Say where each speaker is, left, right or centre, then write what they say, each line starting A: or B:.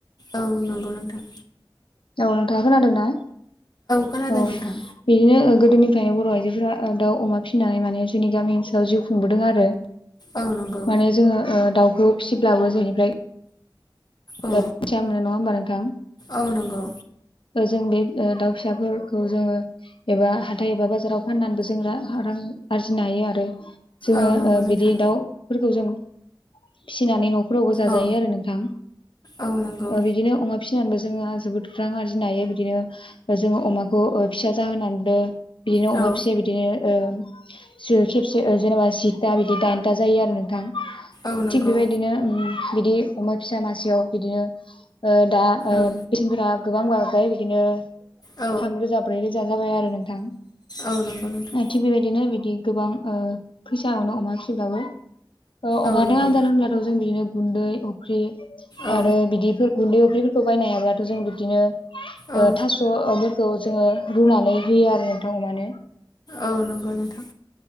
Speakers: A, on the left; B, on the left.
A: औ नंगौ नोंथां।
B: औ नोंथाङा खोनादों ना?
A: खोनादों
B: औ
A: नोंथां
B: बिदिनो गोदोनिफ्रायनो बर' आइजोफोरा ओ दाउ, अमा फिनानै माने जोंनि गामि ओनसोलाव जिउ खुंबोदों आरो।
A: औ नंगौ
B: माने जोङो ओ दाउखौ फिसिब्लाबो जोंनिफ्राय <unintelligible>
A: औ
B: नङा होमबा नोंथां?
A: औ नंगौ।
B: जों बे ओ दाउ फिसाफोरखौ जोङो एबा हाथाय एबा बाजाराव फाननानैबो जों रा रां आरजिनो हायो आरो जोङो
A: औ
B: ओ
A: नंगौ नोंथां
B: बिदि दाउफोरखौ जों फिसिनानै न' फोरावबो जाजायो
A: औ
B: आरो नोंथां
A: औ नंगौ
B: ओ बिदिनो अमा फिसिनानैबो जोंङो जोबोद रां आरजि नो हायो बिदिनो जोङो अमाखौ ओ फिसा जाहोनानैबो बिदिनो
A: औ
B: अमा फिसाया बिदिनो ओ जो खेबसे ओ जेनेबा जिथा बिदि दाइनथा जायो आरो नोंथां।
A: औ नंगौ
B: थिग बेबायदिनो ओम बिदि अमा फिसा मासेयाव बिदिनो ओ दा ओ
A: औ
B: पेसेन्टफोरा गोबां बायबाय बिदिनो
A: औ
B: थामरोजा ब्रै रोजा जाबाय आरो नोंथां
A: औ नंगौ नोंथां
B: ओ थिग बेबायदिनो बिदि गोबां ओ फैसा मोनो अमा फिसिब्लाबो ओ अमानो
A: औ नंगौ
B: आदार होनब्लाथ' जों बिदिनो गुन्दै, अफ्रि
A: औ
B: आरो बिदिफोर गुन्दै अफ्रिफोरखौ बायनो हायाब्लाथ' जों बिदिनो ओ
A: औ
B: थास'फोरखौ जोङो रुनानै होयो आरो नोंथां अमानो।
A: औ नंगौ नोंथां।